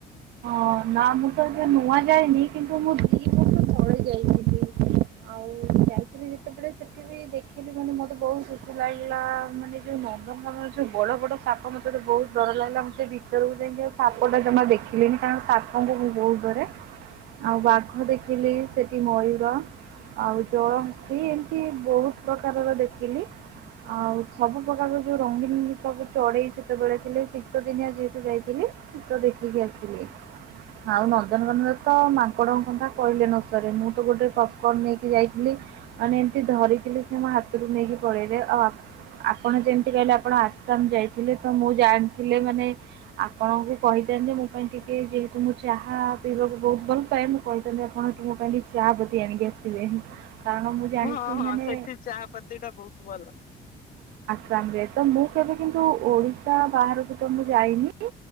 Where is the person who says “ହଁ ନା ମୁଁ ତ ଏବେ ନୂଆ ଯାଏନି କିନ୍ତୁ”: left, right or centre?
Right